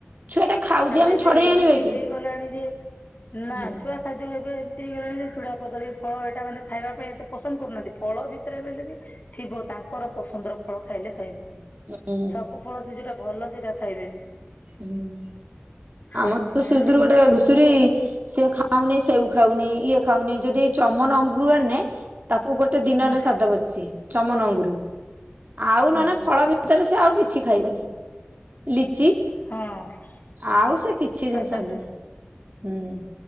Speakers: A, on the right (about 45°); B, on the left (about 45°).
A: ଛୁଆ ଟା ଖାଉଛି
B: ତାପରେ
A: ଆମେ
B: ଏବେ
A: ଛଡେଇ
B: ଏମିତି
A: ଆଣିବା କି
B: ହେଇଗଲାଣି ଯେ ନା
A: ହୁଁ
B: ଛୁଆ ଖାଦ୍ୟ ଏବେ ଏମତି ହେଇଗଲାଣି ଚୁଡ଼ା, କଦଳୀ, ଫଳ ଏଇଟା ମାନେ ଖାଇବା ପାଇଁ ଏତେ ପସନ୍ଦ କରୁନାହାନ୍ତି। ଫଳ ଭିତରେ ବ ବି ଥିବ ତା ଙ୍କର ପସନ୍ଦର ଫଳ ଖାଇଲେ ଖାଇମି।
A: ହୁଁ
B: ସବୁ ଫଳ ସେ ଯୋଉଟା ଭଲ ସେଇଟା ଖାଇବେନି।
A: ହୁଁ।
B: ହଁ
A: ଆମର ତ
B: ଏମିତି
A: ସେଦରୁ
B: ହଉଛି
A: ଗୋଟେ ଘୁଷୁରୀ
B: ସବୁ ଆଉ
A: ସିଏ ଖାଉନି ସେଉ ଖାଉନି। ଇଏ ଖାଉନି ଯଦି ଏଇ ଚମନ ଅଙ୍ଗୁରରୁ ଆ ନେ ତାକୁ ଗୋଟେ ଦିନରେ
B: ହୁଁ
A: ସାରିଦବ ବଛି ଚମନ ଅଙ୍ଗୁର ଆଉ
B: ହୁଁ
A: ନନା ଫଳ ଭିତରେ ସେ ଆଉ କିଛି ଖାଇବନି। ଲିଚି
B: ହଁ।
A: ଆଉ ସେ କିଛି
B: ତରକାରୀ
A: ଜିନିଷ ନୁହେଁ ହୁଁ।